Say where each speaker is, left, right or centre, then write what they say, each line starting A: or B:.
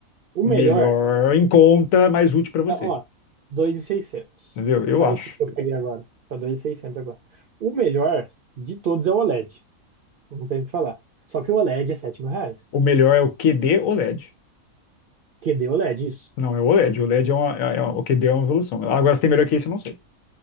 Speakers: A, on the right; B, on the left.
A: o
B: melhor
A: melhor
B: em conta, mais útil para você.
A: Não, ó, dois mil e seiscentos
B: Entendeu? Eu
A: Tá,
B: acho.
A: esse que eu peguei agora. Tá 2.600 agora. O melhor de todos é o OLED. Não tem o que falar. Só que o OLED é sete mil reais.
B: O melhor é o QD OLED.
A: QD OLED, isso.
B: Não, é o OLED. O LED é, uma, é, é o que deu uma evolução. Agora, se tem melhor que isso, eu não sei.